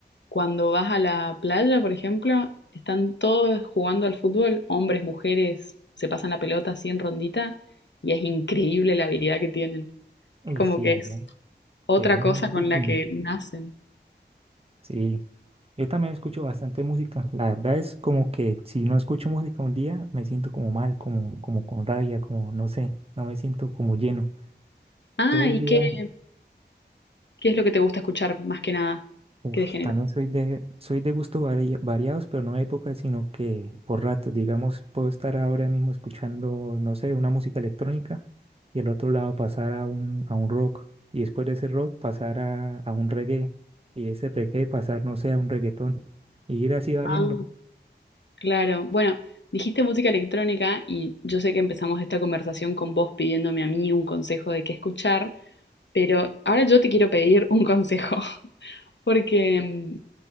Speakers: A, on the left; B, on the right.
A: cuando vas a la playa, por ejemplo, están todos jugando al fútbol, hombres, mujeres, se pasan la pelota así en rondita y es increíble la habilidad que tienen.
B: Uy,
A: Es como
B: sí,
A: que
B: allá
A: es otra
B: se ve muchísimo.
A: cosa con la que nacen.
B: Sí. Yo también escucho bastante música. La verdad es como que si no escucho música un día, me siento como mal, como, como con rabia, como no sé, no me siento como lleno.
A: Ah,
B: Todo el
A: ¿y
B: día,
A: qué, qué es lo que te gusta escuchar más que nada?
B: uf,
A: ¿Qué de género?
B: también soy de, soy de gustos vari- variados, pero no de épocas, sino que por ratos, digamos, puedo estar ahora mismo escuchando, no sé, una música electrónica y al otro lado pasar a un, a un rock y después de ese rock pasar a, a un reggae y ese reggae pasar, no sé, a un reggaetón y ir así variando.
A: Ah. Claro, bueno, dijiste música electrónica y yo sé que empezamos esta conversación con vos pidiéndome a mí un consejo de qué escuchar, pero ahora yo te quiero pedir un consejo, <laughs> porque mm,